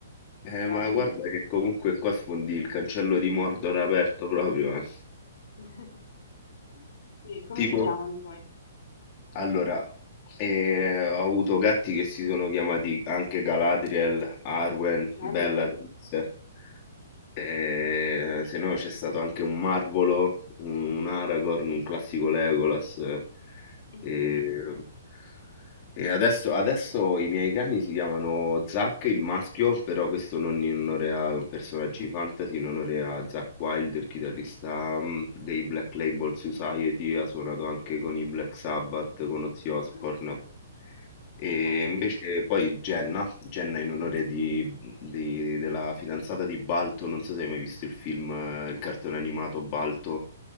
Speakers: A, on the left (about 25°); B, on the left (about 55°).
A: Eh,
B: Tra
A: ma
B: tutto.
A: guarda che comunque qua sfondi il cancello di Mordor aperto proprio, eh.
B: <laughs> Sì, come
A: Tipo,
B: si chiamano i tuoi?
A: allora, eh, ho avuto gatti che si sono chiamati anche Galadriel, Arwen,
B: Bello.
A: Bellatrix. Ehm, se no c'è stato anche un Marvolo, un Aragorn, un classico Legolas.
B: <laughs>
A: ehm, E adesso, adesso i miei cani si chiamano Zack, il maschio, però questo non in onore a personaggi fantasy, in onore a Zack Wild, il chitarrista mh, dei Black Label Society, ha suonato anche con i Black Sabbath, con Ozzy Osbourne.
B: Ah,
A: E
B: cavolo.
A: invece poi Jenna, Jenna in onore di di- della fidanzata di Balto, non so se hai mai visto il film, eh, il cartone animato Balto,